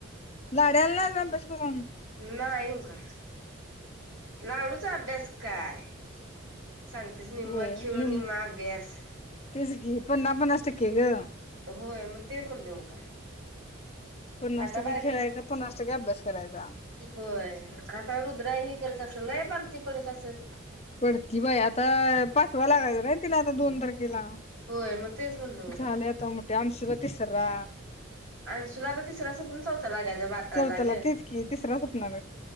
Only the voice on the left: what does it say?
लाड्याल ना अभ्यास करून
होय
निम
तेच की पन्ना पन्नास टक्के ग
पन्नास
टक्के
खेळायचा पन्नास टक्के अभ्यास करायचा.
पडती बया आता पाचवा लागायचा राईन तिला आता दोन तारखेला.
झाले
आता मोठे अंशूला तिसरा
चौथाला
तेच की तिसरा सपणार